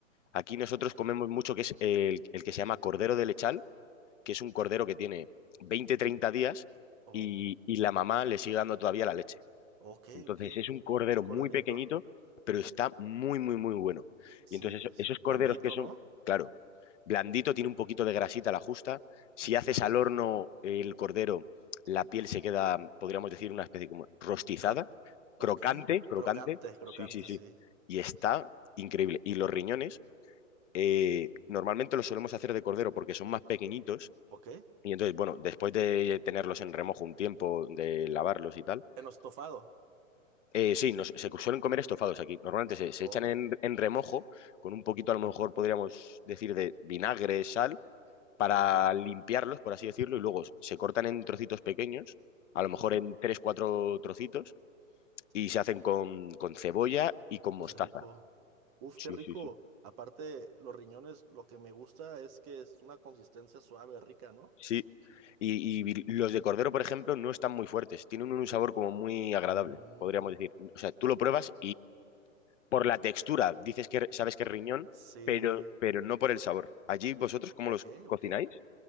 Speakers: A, on the left (about 65°); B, on the right (about 20°).
A: Aquí nosotros
B: Ok.
A: comemos mucho que es el, el que se llama cordero de lechal, que es un cordero que tiene veinte treinta días
B: Oh,
A: y, y la mamá le sigue dando todavía la leche.
B: ok,
A: Entonces
B: ok.
A: es un cordero
B: Un corderito.
A: muy pequeñito, pero está muy, muy, muy bueno.
B: Sí,
A: Y entonces
B: pues
A: eso- esos
B: sí.
A: corderos
B: Blandito,
A: que son,
B: ¿no?
A: claro, blandito, tiene un poquito de grasita a la justa. Si haces
B: Claro.
A: al horno el cordero, la piel se queda, podríamos decir, una especie como rostizada,
B: Cro
A: crocante,
B: ok.
A: crocante.
B: Crocante, crocante,
A: Sí, sí, sí.
B: sí.
A: Y está increíble. Y los riñones, eh, normalmente los solemos hacer de cordero porque son más pequeñitos.
B: Ok.
A: Y entonces, bueno, después de tenerlos en remojo un tiempo, de lavarlos y tal
B: En estofado.
A: eh, sí, nos- se suelen comer estofados aquí. Normalmente se, se
B: Oh,
A: echan en, en remojo con un poquito, a lo mejor podríamos decir, de vinagre, sal, para
B: ok.
A: limpiarlos, por así decirlo, y luego se cortan en trocitos pequeños, a lo mejor
B: Ujú,
A: en tres, cuatro trocitos, y se hacen con, con cebolla y con mostaza.
B: Qué rico. Uf,
A: Sí,
B: qué rico.
A: sí, sí.
B: Aparte, los riñones, lo que me gusta es que es una consistencia suave, rica, ¿no?
A: Sí. Y, y los de cordero, por ejemplo, no están muy fuertes, tienen un sabor como muy agradable,
B: Mm,
A: podríamos decir. O sea, tú lo pruebas por la textura, dices que sabes que es riñón,
B: Sí,
A: pero, pero no por el sabor. Allí vosotros, ¿cómo
B: ok,
A: los cocináis?
B: ok.